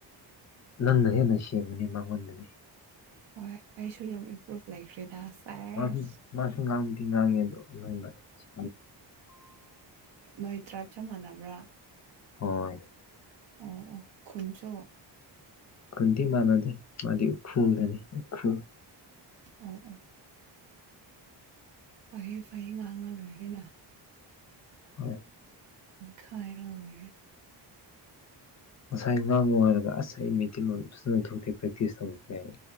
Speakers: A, on the left; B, on the right.
A: ꯅꯪꯅ ꯍꯦꯟꯅ ꯁꯦꯡꯉꯅꯤ ꯃꯉꯣꯟꯗꯅꯤ
B: ꯍꯣꯏ ꯑꯩꯁꯨ ꯌꯥꯝ ꯏꯝꯄ꯭ꯔꯨꯚ ꯂꯩꯈ꯭ꯔꯦꯗ ꯁꯦꯁ
A: ꯃꯥ ꯃꯥꯁꯨ ꯉ ꯊ ꯉꯗ ꯁꯦ
B: ꯅꯣꯏ ꯇ꯭ꯔꯥꯏꯞ ꯆꯞ ꯃꯥꯟꯅꯕ꯭ꯔꯥ
A: ꯍꯣꯏ
B: ꯑꯣ ꯑꯣ ꯈꯟꯆꯣ
A: ꯀꯨꯗꯤ ꯃꯥꯟꯅꯗꯦ ꯃꯥꯗꯤ ꯎꯈ꯭ꯔꯨꯗꯅꯤ ꯎꯈ꯭ꯔꯨ
B: ꯑꯣ ꯑꯣ ꯐꯍꯦ ꯐꯩꯌꯦ ꯉꯥꯡꯉ ꯂꯣꯏꯔꯦꯅ
A: ꯍꯣꯏ
B: ꯈꯥꯏꯅ ꯑꯣꯏꯔꯦ
A: ꯉꯁꯥꯏ ꯉꯥꯡꯕ ꯍꯥꯏꯔꯒ ꯑꯁ ꯑꯩ ꯃꯩꯇꯩꯂꯣꯟ ꯐꯖꯅ ꯊꯣꯛꯇꯦ ꯄ꯭ꯔꯦꯛꯇꯤꯁ ꯇꯧꯕꯁꯨ ꯌꯥꯏ